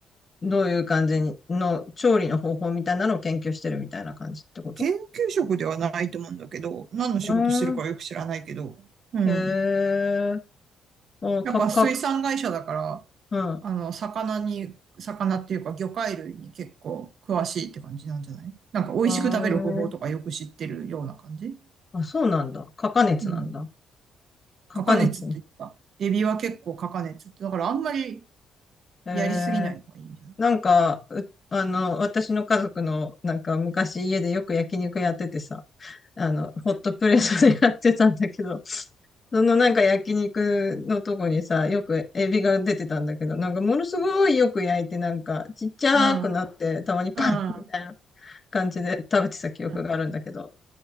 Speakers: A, on the left; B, on the right.
A: どういう感じにの調理の方法みたいなのを研究してるみたいな感じってこと
B: 研究職ではないと思うんだけど、何の仕事してるかはよく知らないけど、
A: うーん。
B: うん。
A: へえ。お、
B: やっぱ水産会社だから、
A: か、か、うん。う
B: あの、魚に、魚っていうか魚介類に結構詳しいって感じなんじゃないなんか美味しく食べる方法とかよく知ってるような感じ
A: ーん。あ、そうなんだ。かか熱なんだ。
B: うん。
A: かか熱。
B: カカネツって言ってた。エビは結構カカネツって。だからあんまり
A: へえ。
B: やりすぎないのがいいんじゃない
A: なんか、うあの、私の家族の、なんか昔家でよく焼肉やっててさ、あの、ホットプレートでやってたんだけど、<laughs> そのなんか焼肉のとこにさ、よくエビが出てたんだけど、なんかものすごいよく焼いて、なんかちっちゃくなって、
B: うん。うん。
A: たまにパンみたいな
B: うん。
A: 感じで食べてた記憶があるんだけど、
B: うん。